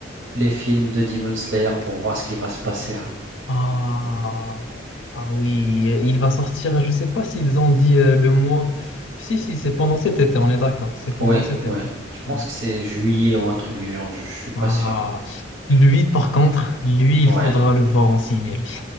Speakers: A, on the right; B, on the left.
A: les films de Demon Slayer pour voir ce qui va se passer. hein.
B: Ah, ah oui, il va sortir, je sais pas s'ils ont dit euh, le mois. Si, si, c'est pendant cet été, on est d'accord, c'est pendant
A: Oui,
B: cet été.
A: oui. Je pense
B: Ouais.
A: que c'est juillet ou un truc du genre, je je suis pas
B: Ah,
A: sûr.
B: lui, par contre, lui, il
A: Ouais.
B: faudra le voir en ciné, lui.